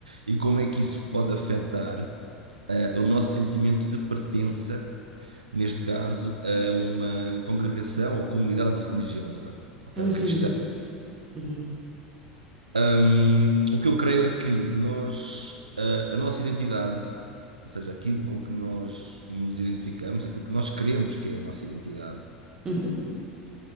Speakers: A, on the right; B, on the right.
A: e como é que isso pode afetar, eh, o nosso sentimento de pertença neste caso, a uma congregação ou comunidade religiosa, ok?
B: Uhum,
A: Cristã.
B: uhum,
A: Hum, o que eu creio é que nós, a, a nossa identidade, ou seja, aquilo com que nós nos identificamos, aquilo que nós queremos que é a nossa identidade,
B: uhum,